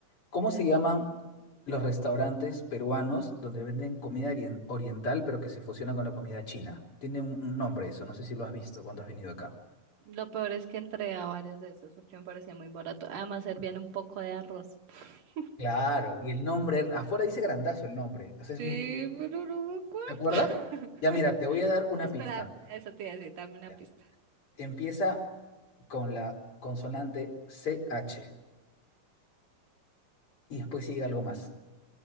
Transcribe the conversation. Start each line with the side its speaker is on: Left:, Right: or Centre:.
Left: ¿cómo se llaman los restaurantes peruanos donde venden comida orien- oriental pero que se fusiona con la comida china? Tiene un, un nombre eso, no sé si lo has visto cuando has venido acá.
Right: Lo peor es que entré a varios de esos porque me parecía muy barato. Además, servían un poco de arroz. <laughs>
Left: Claro, y el nombre, afuera dice grandazo el nombre, entonces
Right: Sí,
Left: es muy...
Right: pero no me acuerdo.
Left: ¿Te acuerdas? Ya
Right: <laughs>
Left: mira, te voy a dar una
Right: Espera,
Left: pista.
Right: eso te iba a decir, dame una
Left: Ya.
Right: pista.
Left: Empieza con la consonante CH. Y después sigue algo más.